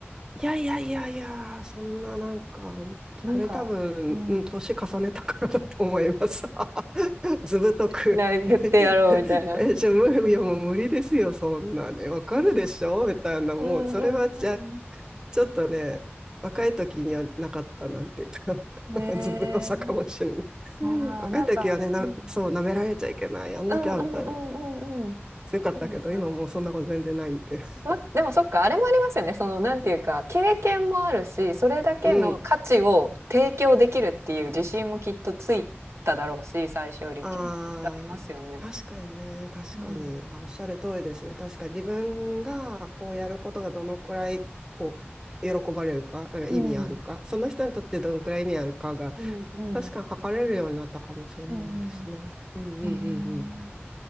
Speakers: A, on the right; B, on the right.
A: いやいやいやいや、そんななんか、
B: なんかうん。
A: これ多分、うん年重ねたからだと思います。<laughs> ずぶとく
B: な言ってやろうみたいな。
A: <laughs> え、じゃあ無理、いやもう無理ですよ、そんなね。わかるでしょみたいな、もう、
B: うんう
A: それはじゃ、
B: ん
A: ちょっとね、若い時にはなかったなんていうか <laughs>
B: うん。へ
A: ずぶとさかもしれない。
B: え。ああ、
A: 若い時はね、
B: なんかうん。
A: な、そう、舐められちゃいけない、やんなきゃ、
B: うんうんうんうんうん。
A: みたいな。強かったけど、
B: そうですよね。
A: 今もうそんなこと全然ないんで。<laughs>
B: ま、でもそっか、あれもありますよね。その、なんていうか、経験もあるし、それだけの価値を提供できるっていう自信もきっとついただろうし、
A: うん。
B: 最初よりっていうのもきっとありますよね。
A: ああ、確かにね、確かに。
B: うん、
A: あおっしゃる通りですね。確かに自分がこうやることがどのくらいこう喜ばれるか、なんか意味あるか、
B: うん、うん、
A: その人にとってどのくらい意味あるかが、
B: うん、うん、
A: 確かに測れるようになったかもしれないですね。
B: うん。
A: うんうんうんうん。
B: えー、